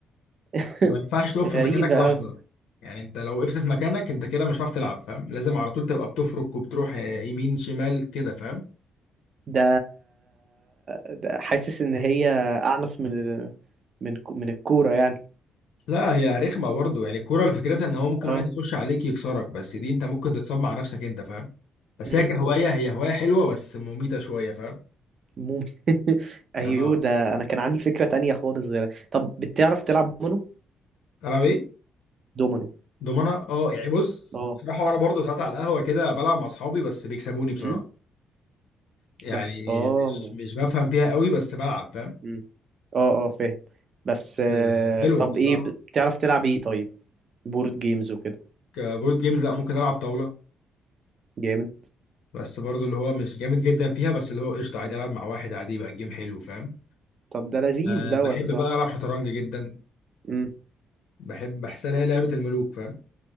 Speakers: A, on the right; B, on the left.
A: <laughs>
B: انت ما ينفعش تقف
A: غريبة
B: في مكانك لحظه
A: أوي
B: يعني انت لو وقفت في مكانك انت كده مش هتعرف تلعب فاهم لازم على طول تبقى بتفرك وبتروح آه، يمين شمال كده فاهم
A: ده... ده حاسس إن هي أعنف من ال... من من الكورة يعني
B: لا هي رخمه برضه يعني الكوره فكرتها ان هو ممكن
A: اه
B: واحد يخش عليك يكسرك بس دي انت ممكن تتصاب مع نفسك انت فاهم بس
A: إمم.
B: هي كهوايه هي هوايه حلوه بس مميته شويه فاهم
A: ممكن <laughs> ايوه
B: يعني اه
A: ده انا كان عندي فكرة تانية خالص غيرها طب بتعرف تلعب دومينو
B: العب ايه
A: دومينو
B: دومنا اه يعني بص
A: اه
B: بصراحه وانا برضه ساعات على القهوه كده بلعب مع اصحابي بس بيكسبوني بصراحه
A: امم
B: يعني
A: بس اه
B: مش مش بفهم فيها قوي بس بلعب فاهم
A: امم اه اه فاهم بس
B: بس
A: آه
B: حلوه
A: طب
B: بصراحه
A: ايه بتعرف تلعب ايه طيب بورد جيمز وكده
B: كبورد جيمز لا ممكن العب طاوله
A: جامد
B: بس برضه اللي هو مش جامد جدا فيها بس اللي هو قشطه عادي
A: مم.
B: العب مع واحد عادي يبقى الجيم حلو فاهم
A: طب ده لذيذ
B: أه
A: دوت
B: بحب
A: يا صاحبي
B: بقى العب شطرنج جدا
A: امم
B: بحب بحسها هي لعبة الملوك فاهم